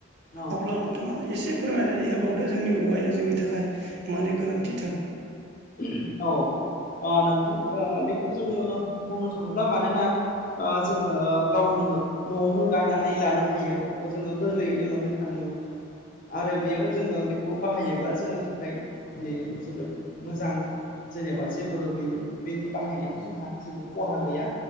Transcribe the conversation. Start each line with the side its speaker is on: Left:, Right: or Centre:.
Left: औ
Right: अब्ला नों बिथाङा एसे फोरमायनानै होबावदो जोंनि औवाया जोंनि थाखाय मानो गोनांथिथार
Left: उम औ नोंथां बेखौ जोङो बुंनो थाङोब्ला मानोना आ जोङो गावनो न'आवनो गायनानै लानो हायो बेखौ जोङो गोरलैयैनो मोननो थाङो। आरो बियो जोङो बेखौ बाहायोब्ला जोंनि थाखाय माने जोबोद मोजां। जेनेबा जेबो बे बेनि बाहायनायाव जोंहा जेबो खहा गैया।